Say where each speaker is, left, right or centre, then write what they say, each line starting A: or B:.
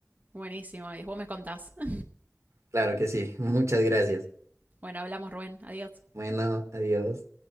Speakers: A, on the right (about 35°); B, on the right (about 70°).
A: Buenísimo. Y vos me contás. <laughs>
B: Claro que sí, <laughs> muchas gracias.
A: Bueno, hablamos, Rubén. Adiós.
B: Bueno, adiós.